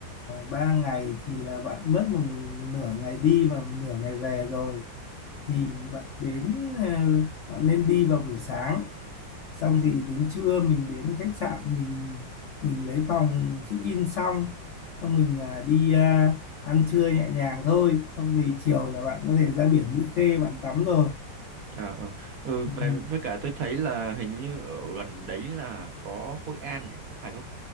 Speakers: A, on the left; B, on the right.
A: ba ngày thì là bạn mất một nửa ngày đi và một nửa ngày về rồi. Thì bạn đến à, bạn nên đi vào buổi sáng. Xong
B: Ừ.
A: thì đến trưa mình đến khách sạn mình mình lấy phòng mình check in xong xong mình à, đi à, ăn trưa nhẹ nhàng thôi. Xong thì chiều là bạn có thể ra biển Mỹ Khê bạn tắm rồi.
B: À, ừ. Ừ,
A: Ừ.
B: về với cả tôi thấy là hình như ở gần đấy là có Hội An nhỉ, có phải không?